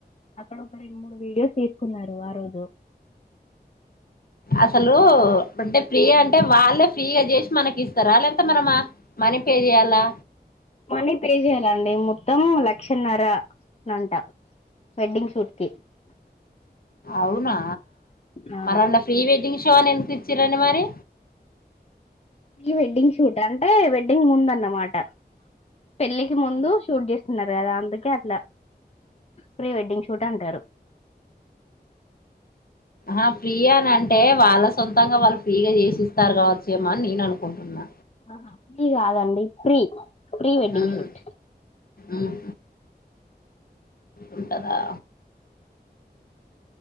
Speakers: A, on the left; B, on the left.
A: అక్కడ ఒక రెండు మూడు వీడియోస్ తీసుకున్నారు ఆ రోజు
B: అసలు అంటే ఫ్రీ అంటే వాళ్ళే ఫ్రీగా చేసి మనకి ఇస్తారా లేపోతే మనమా మనీ పే చేయాలా
A: మనీ పే చేయ్యాలండి మొత్తం లక్షన్నర అంట వెడ్డింగ్ షూట్ కి
B: అవునా
A: ఆ
B: మరళ ప్రీ వెడ్డింగ్ షో అని ఎన్ తెచ్చిరండి మరి
A: ప్రీ వెడ్డింగ్ షూట్ అంటే వెడ్డింగ్ ముందు అన్నమాట పెళ్ళికి ముందు షూట్ చేస్ న్నారు కదా అందుకే అట్లా ప్రీ వెడ్డింగ్ షూట్ అంటారు
B: ఆ ఫ్రీయా అని అంటే వాళ్ళ సొంతంగా వాళ్ళు ఫ్రీగా చేసిస్తారు కావచ్చు ఏమో అని నేను అనుకుంటున్నా
A: అహా ఫ్రీ కాదండి pre pre wedding
B: um,
A: shoot
B: um, ఉంటదా